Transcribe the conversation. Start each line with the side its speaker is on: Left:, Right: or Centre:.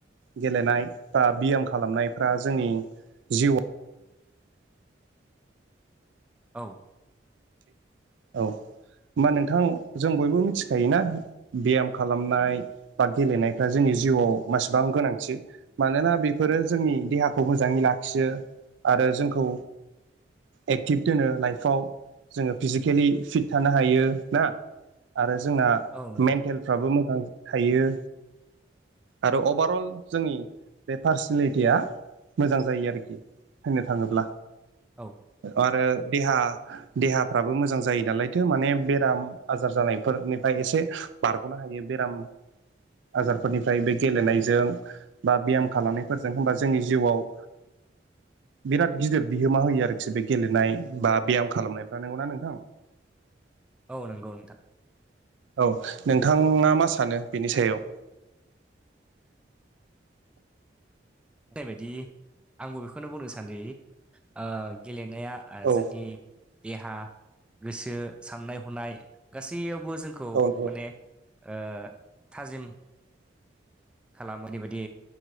Right: गेलेनाय बा बियाम खालामनायफ्रा जोंनि जिउआव
Centre: औ
Right: औ होमबा नोंथां जों बयबो मिथिखायोना बियाम खालामनाय बा गेलेनायफ्रा जोंनि जिउआव मासेबां गोनांथि मानोना बेफोरो जोंनि देहाखौ मोजाङै लाखियो आरो जोंखौ एक्टिभ दोनो लाइफआव जोङो फिजिकेलि फिट थानो हायो ना आरो जोंना
Centre: औ नंगौ
Right: मेन्टेल फ्राबो मोजां थायो। आरो अभारअल जोंनि बे पार्सनेलिटिया मोजां जायो आरोखि होननो थाङोब्ला
Centre: औ
Right: आरो देहा देहाफ्राबो मोजां जायो नालायथो माने बेराम आजार जानायफोरनिफ्राय एसे बारग'नो हायो बेराम आजारफोरनिफ्राय बे गेलेनायजों बा बियाम खालामनायफोरजों होमबा जोंनि जिउआव बिराद गिदिर बिहोमा होयो आरोखि बे गेलेनाय बा बियाम खालामनायफ्रा नंगौना नोंथां?
Centre: औ नंगौ नोंथां।
Right: औ नोंथाङा मा सानो बेनि सायाव?
Centre: होननायबायदि आंबो बेखौनो बुंनो सानोदि ओ-गेलेनाया ओ-जोंनि
Right: औ
Centre: देहा गोसो साननाय हनाय गासैयावबो जोंखौ
Right: औ
Centre: माने ओ- थाजिम खालामो बेबायदि